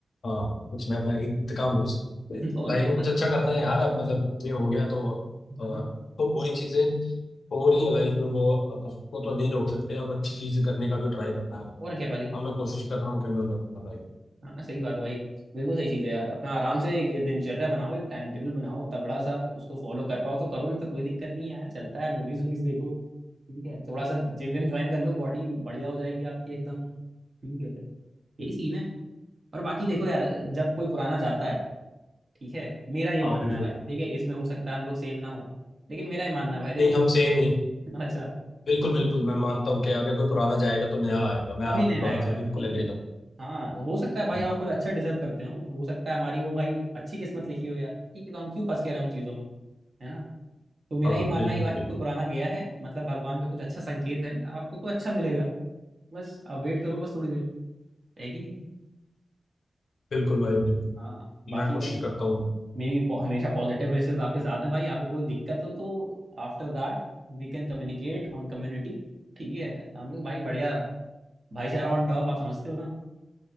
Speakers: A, on the left; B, on the right.
A: हाँ, कुछ मैं अपना इंतकाम लूँ कुछ
B: <laughs> और
A: लाइफ
B: क्या
A: में
B: बात
A: कुछ अच्छा करना है यार अब मतलब ये हो गया तो अ,
B: हाँ हाँ।
A: तो पूरी चीजें हो रही है लाइफ में वो अब उसको तो नहीं रोक सकते अब अच्छी चीजें करने का भी ट्राई करना है
B: और क्या पाजी
A: हाँ मैं कोशिश कर रहा हूँ कि मैं बता भाई
B: हाँ हाँ, सही बात है भाई बिल्कुल सही चीज है यार अपना आराम से एक दिनचर्या बनाओ एक टाइम टेबल बनाओ तगड़ा सा उसको फॉलो कर पाओ तो करो नहीं तो कोई दिक्कत नहीं है यार चलता है मूवीज वूवीज देखो ठीक है थोड़ा सा जिम विम ज्वाइन कर लो बॉडी बढ़िया हो जाएगी आपकी एकदम ठीक है यही सीन है और बाकी देखो यार जब कोई पुराना जाता है ठीक है मेरा ये मानना
A: हाँ बिल्कुल
B: है भाई ठीक है इसमें हो सकता है हम लोग सेम ना हो लेकिन मेरा ये मानना है भाई देखो
A: नहीं
B: पूरा-
A: हम सेम ही
B: <laughs> अच्छा
A: बिल्कुल बिल्कुल मैं मानता हूँ कि अगर कोई पुराना जाएगा तो नया आएगा मैं
B: तभी
A: आपकी
B: नहीं आएगा
A: बात से
B: भाई ठीक
A: बिल्कुल एग्री
B: है
A: करता
B: हाँ हो सकता है भाई
A: हूँ
B: हम कुछ अच्छा डिजर्व करते हो हो सकता है हमारी वो भाई अच्छी किस्मत लिखी हो यार ठीक है तो हम क्यों फंस के रहे हैं उन चीजों में है ना तो मेरा
A: हाँ
B: ये मानना
A: बिल्कुल
B: है कि भाई कोई
A: बिल्कुल
B: पुराना गया है मतलब भगवान का कुछ अच्छा संकेत है आपको कोई अच्छा मिलेगा बस आप वेट करो बस थोड़ी देर है कि नहीं
A: बिल्कुल भाई बिल्कुल
B: हाँ बाकी
A: मैं कोशिश
B: भाई
A: करता हूँ
B: मेरी पो- हमेशा पॉजिटिव विशेस आपके साथ हैं भाई आपको कोई दिक्कत हो तो after that we can communicate on community ठीक है हम लोग भाई बढ़िया भाईचारा ऑन टॉप आप समझते हो ना